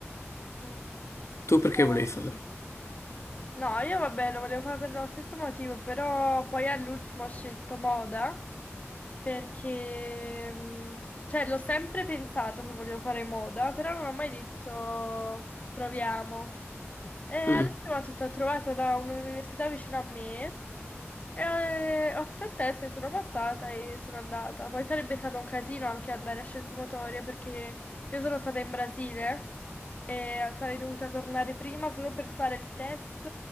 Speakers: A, on the left; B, on the left.
A: Mm.
B: Tu perché
A: No.
B: volevi farlo?
A: No, io vabbè, lo volevo fare per lo stesso motivo, però poi all'ultimo ho scelto moda perché, mh, cioè, l'ho sempre pensato che volevo fare moda, però non ho mai detto proviamo. E all'ultimo
B: Mm.
A: ho tutto, ho trovato la- un'università vicino a me e eh, ho fatto il test e sono passata e sono andata. Poi sarebbe stato un casino anche andare a Scienze Motorie perché io sono stata in Brasile e sarei dovuta tornare prima solo per fare il test